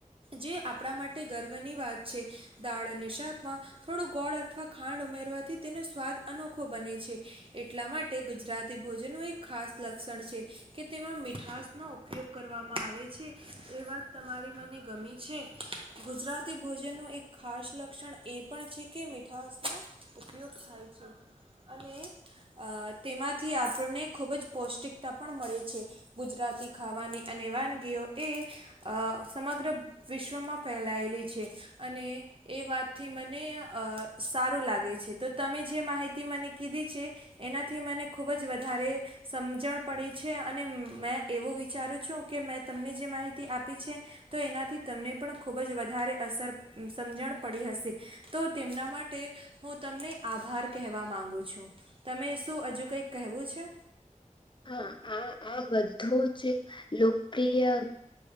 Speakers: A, on the right (about 40°); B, on the left (about 35°).
A: જે આપડા માટે ગર્વની વાત છે દાળ અને શાકમાં થોડું ગોળ અથવા ખાંડ ઉમેરવાથી તેને સ્વાદ અનોખો બને છે એટલા માટે ગુજરાતી ભોજનનું એક ખાસ લક્ષણ છે કે તેમાં મીઠાસનો ઉપયોગ કરવામાં આવે છે એ વાત તમારી મને ગમી છે ગુજરાતી ભોજનનું એક ખાસ લક્ષણ એ પણ છે કે મીઠાસનો ઉપયોગ થાય છે અને એ તેમાંથી આપણે ખૂબ જ પૌષ્ટિકતા પણ મળે છે ગુજરાતી ખાવાની અને વાનગીઓ એ અ સમગ્ર વિશ્વમાં ફેલાયેલી છે અને એ વાતથી મને સારું લાગે છે તો તમે જે માહિતી મને કીધી છે એનાથી મને ખૂબ જ વધારે સમજણ પડી છે અને મેં એવો વિચારું છું કે મેં તમને જે માહિતી આપી છે તો એનાથી તમને પણ ખુબ જ વધારે અસર સમજણ પડી હશે તો તેમના માટે હું તમને આભાર કહેવા માંગુ છું તમે શું અજુ કઈ કહેવું છે?
B: હા આ આ બધું જે લો પ્રિય